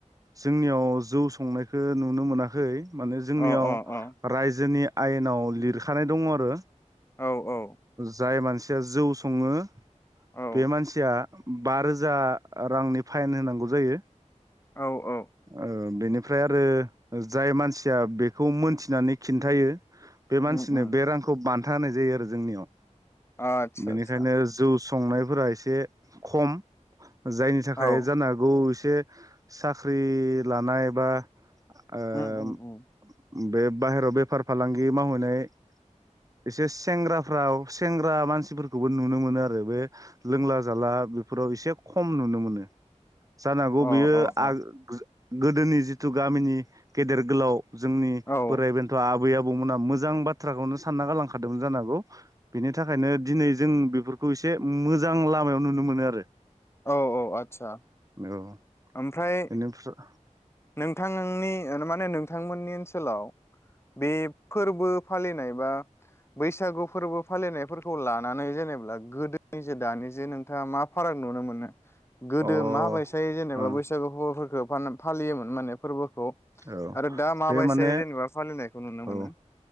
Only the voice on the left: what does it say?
अ अ अ
औ औ
औ
औ औ।
उम उम
आतसा
आतसा
औ
उम उम उम
अ
अ अ
औ
औ औ आतसा।
ओमफ्राय
नोंथांनि माने नोंथांमोननि ओनसोलाव बे फोरबो फालिनाय बा बैसागु फोरबो फालिनायफोरखौ लानानै जेनै गोदोनि जों दानि जों नोंथाङा मा फाराग नुनो मोनो? गोदो
माबायसायै जेनेबा एबा बैसागु हौवाफोरखौ फालियोमोन माने फोरबो।
आरो दा माबायस
जेनेबा फालिनायखौ नुनो मोनो।